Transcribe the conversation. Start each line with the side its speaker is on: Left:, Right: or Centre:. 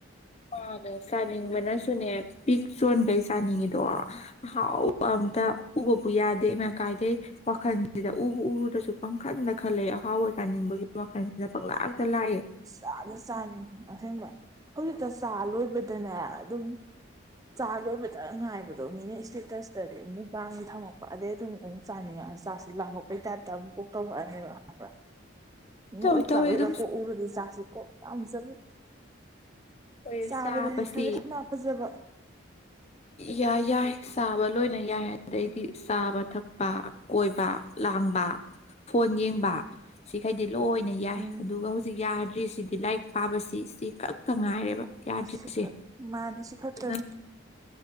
Left: ꯃꯥꯅꯦ ꯆꯥꯅꯤꯡꯕꯅꯁꯨꯅꯦ ꯄꯤꯛ ꯆꯣꯟꯒꯩ ꯆꯥꯅꯤꯡꯉꯤꯗꯣ ꯑꯍꯥꯎꯕ ꯑꯝꯇ ꯎꯕꯕꯨ ꯌꯥꯗꯦ ꯏꯃꯥ ꯀꯥꯏꯗꯩ ꯋꯥꯈꯜꯁꯤꯗ ꯎꯕꯨ ꯎꯔꯨꯗꯔꯥꯁꯨ ꯄꯪꯈꯟꯗ ꯈꯜꯂ‌ꯦ ꯑꯍꯥꯎꯕ ꯆꯥꯅꯤꯡꯕꯒꯤ ꯋꯥꯈꯜꯁꯤꯗ ꯄꯂꯥꯛꯇ ꯂꯥꯛꯑ‌ꯦ
Right: ꯆꯥꯅ ꯆꯥꯅ ꯑꯁꯦꯡꯕ ꯍꯧꯖꯤꯛꯇ ꯆꯥ ꯂꯣꯏꯕꯗꯅꯦ ꯑꯗꯨꯝ ꯆꯥ ꯂꯣꯏꯕꯗ ꯉꯥꯏꯕꯗꯣ ꯃꯤꯅ ꯏꯁꯇꯦꯇꯁꯇꯗꯤ ꯃꯨꯛꯕꯥꯡꯒꯤ ꯊꯝꯃꯛꯄ ꯑꯗꯩ ꯑꯗꯨꯝ ꯑꯃꯨꯛ ꯆꯥꯅꯤꯡꯉꯛꯑ‌‌ꯦ ꯆꯥꯛꯁꯤ ꯂꯥꯝꯃꯛꯄꯩ ꯇꯥꯏꯞꯇ ꯑꯃꯨꯛ ꯀꯣꯛ ꯇꯧꯔꯛꯑꯅꯦꯕ ꯈꯪꯕ꯭ꯔꯥ ꯃꯤꯅ
Left: ꯇꯧꯏ
Right: ꯑꯣꯛ
Left: ꯇꯧꯏ
Right: ꯆꯥꯕꯩꯒ
Left: ꯑꯗꯨꯝ
Right: ꯀꯣꯛ ꯎꯔꯨꯗꯤ ꯆꯥꯁꯤ ꯀꯣꯛ ꯌꯥꯝ ꯆꯠꯂꯤ
Left: ꯑꯩꯈꯣꯏ
Right: ꯆꯥꯕꯗꯗꯤ
Left: ꯆꯥꯕꯁꯤ
Right: ꯈꯔ ꯌꯥꯝꯅꯥ ꯐꯖꯕ
Left: ꯌꯥꯏ ꯌꯥꯏ ꯆꯥꯕ ꯂꯣꯏꯅ ꯌꯥꯏ ꯑꯗꯩꯗꯤ ꯆꯥꯕ ꯊꯛꯄ ꯀꯣꯏꯕ ꯂꯥꯡꯕ ꯐꯣꯟ ꯌꯦꯡꯕ ꯁꯤꯈꯩꯗꯤ ꯂꯣꯏꯅ ꯌꯥꯏ
Right: ꯎꯝ
Left: ꯑꯗꯨꯒ ꯍꯧꯖꯤꯛ ꯌꯥꯗ꯭ꯔꯤꯁꯤꯗꯤ ꯂꯥꯏꯔꯤꯛ ꯄꯥꯕꯁꯤ ꯁꯤ ꯁꯤ ꯈꯛꯇ ꯉꯥꯏꯔꯦꯕ ꯌꯥꯗ꯭ꯔꯤꯁꯦ
Right: ꯁꯤꯈꯛ ꯃꯥꯅꯦ ꯁꯤ ꯈꯠꯇꯅꯤ
Left: ꯑꯗꯨꯅ